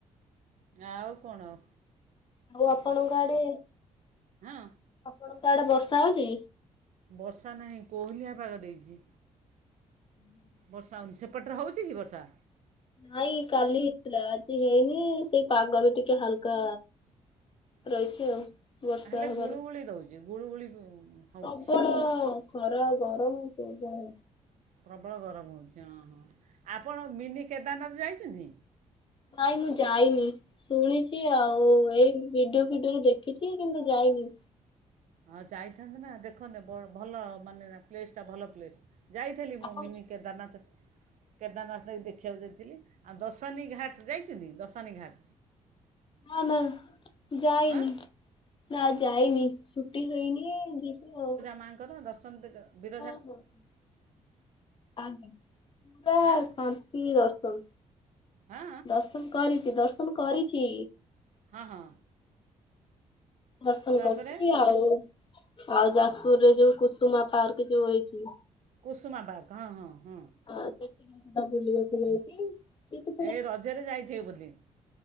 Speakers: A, on the right; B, on the left.
A: ଆଉ କଣ ଆଉ
B: ଆଉ ଆପଣଙ୍କ ଆଡେ
A: ହଁ
B: ଆପଣଙ୍କ ଆଡେ ବର୍ଷା ହଉଛି।
A: ବର୍ଷା ନାହିଁ କୋହଲିଆ ପାଗ ଦେଇଛି।
B: <inaudible>
A: ବର୍ଷା ହେଉନି ସେପଟରେ ହେଉଛି କି ବର୍ଷା।
B: ନାଇଁ କାଲି ହେଇଥିଲା ଆଜି ହେଇନି ସେଇ ପାଗ ବି ଟିକେ ହାଲକା ରହିଛ ଆଉ। ବର୍ଷା
A: ହେଲେ
B: ହବାର
A: ଗୁଳୁ ଗୁଳି ଦେଉଛି ଗୁଳୁଗୁଳି ହେଉଛି
B: ପ୍ରବଳ ଖରା ଗରମ ପ୍ରବଳ।
A: ପ୍ରବଳ ଗରମ ହେଉଛି ହଁ ହଁ ଆପଣ ମିନି କେଦାରନାଥ ଯାଇଛନ୍ତି।
B: ନାଇଁ ମୁଁ ଯାଇନି ଶୁଣିଛି ଆଉ ଏଇ ଭିଡିଓ ଫିଡିଓରେ ଦେଖିଛି କିନ୍ତୁ ଯାଇନି।
A: ହଁ ଯାଇଥାନ୍ତେ ନା ଦେଖନ୍ତେ ଭଲ ମାନେ ପ୍ଲେସ୍ ଟା ଭଲ ପ୍ଲେସ୍। ଯାଇଥିଲି
B: ଆପଣ
A: ମୁଁ ମିନି
B: ଯା-
A: କେଦାରନାଥ। କେଦାରନାଥ ଯକି ଦେଖିବାକୁ ଯାଇଥିଲି ଆଉ ଦଶାନୀ ଘାଟ ଯାଇଛନ୍ତି ଦଶାନୀ ଘାଟ।
B: ନା-ନା ଯାଇନି,
A: ହଁ
B: ନା ଯାଇନି। ଛୁଟି ହେଇନି, ଯିବୁ ଆଉ।
A: ମା ଙ୍କର ଦର୍ଶନ ଦିଗ
B: ହଁ ହଁ ହ ଆଜ୍ଞା ପୁରା
A: ହଁ
B: ଶ କି ଦର୍ଶନ,
A: ହଁ
B: ଦର୍ଶନ କରିଛି-ଦର୍ଶନ କରିକି
A: ହଁ-ହଁ
B: ଦର୍ଶନ
A: ତାପରେ
B: କରୁଛି, ଆଉ ଆଉ, ଯାଜପୁର ରେ ଯୋଉ କୁସୁମା ପାର୍କ ଯୋଉ ହେଇଛି।
A: କୁସୁମା ପାର୍କ ହଁ-ହଁ-ହଁ
B: ଆଉ, ସେ ଟିକେ କ ବୁଲିବାକୁ ଯାଇଛି। କେତେ
A: ଏଇ ରଜରେ ଯାଇଥିବେ ବୁଲି।